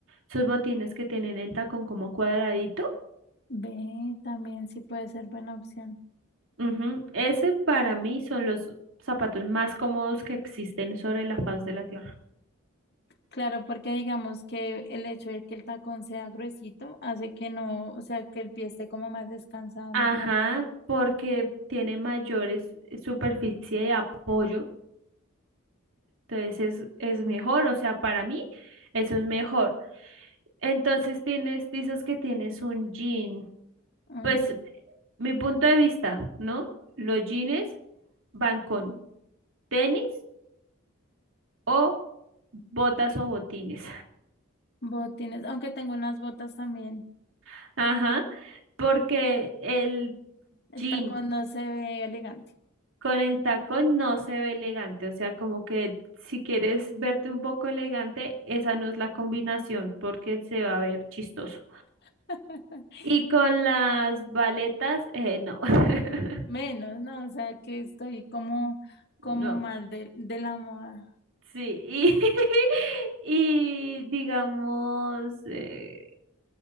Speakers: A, on the right; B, on the left.
A: Esos botines que tienen el tacón como cuadradito
B: ve, también sí puede ser buena opción.
A: Ujú. Ese para mí son los zapatos más cómodos que existen sobre la faz de la Tierra.
B: Claro, porque digamos que el hecho de que el tacón sea gruesito hace que no, o sea, que el pie esté como más descansado,
A: Ajá,
B: me parece.
A: porque tiene mayores eh, superficie de apoyo, entonces es, es mejor, o sea, para mí eso es mejor. Entonces tienes, dices que tienes un jean,
B: Oye,
A: pues mi punto de vista, ¿no? Los jeans van con tenis o botas o botines.
B: Botines, aunque tengo unas botas también.
A: <laughs> Ajá, porque el
B: El
A: jean
B: tacón no se ve elegante.
A: Con el tacón no se ve elegante, o sea, como que si quieres verte un poco elegante, esa no es la combinación porque se va a ver chistoso.
B: <laughs>
A: Y con las baletas, eh, no, <laughs>
B: Menos, ¿no? O sea, que estoy como, como
A: no,
B: mal de, de la moda.
A: sí, y, <laughs> y digamos, eh,